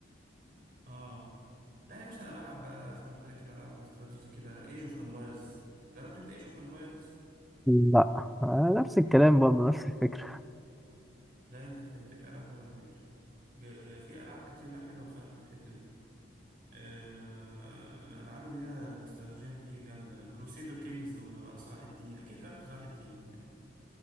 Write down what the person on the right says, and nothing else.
آه لا يا باشا انا بلعب بقى زي ما قلت لك كده العاب الاستراتيجي كده ايج اوف امبايرز جربت انت ايج اوف امبايرز
لا انت فايتك العاب حلوه على فكره ج- في العاب كتير لا حلوه بصراحه في الحته دي آه، العاب اللي هي الاستراتيجيات دي جامده كروسيدر كينجز وصلاح الدين اكيد جربت صلاح الدين يعني